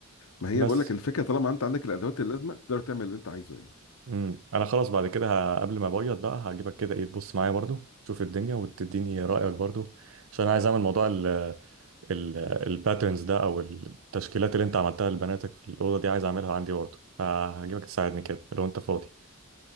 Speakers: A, on the left (about 80°); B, on the right (about 70°).
A: ما هي
B: بس
A: بقول لك الفكره طالما انت عندك الادوات اللازمه تقدر تعمل اللي انت عايزه يعني
B: امم انا خلاص بعد كده ه- قبل ما ابيض بقى هجيبك كده ايه تبص معايا برضو تشوف الدنيا وتديني رايك برضو عشان انا عايز اعمل موضوع الباترنز ده او التشكيلات اللي انت عملتها لبناتك في الاوضه دي عايز اعملها عندي برضه فهجيبك تساعدني كده لو انت فاضي